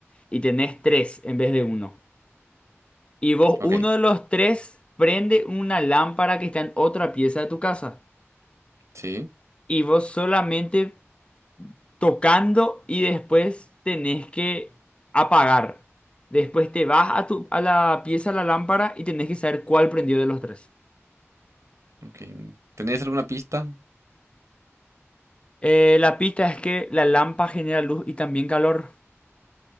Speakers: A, on the left (about 25°); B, on the right (about 85°).
A: Y tenés tres en vez de uno. Y vos,
B: ok,
A: uno de los tres, prende una lámpara que está en otra pieza de tu casa.
B: sí,
A: Y vos solamente tocando y después tenés que apagar. Después te vas a, tu, a la pieza, a la lámpara y tenés que saber cuál prendió de los tres.
B: ok. ¿Tenéis alguna pista?
A: Eh, la pista es que la lámpara genera luz y también calor.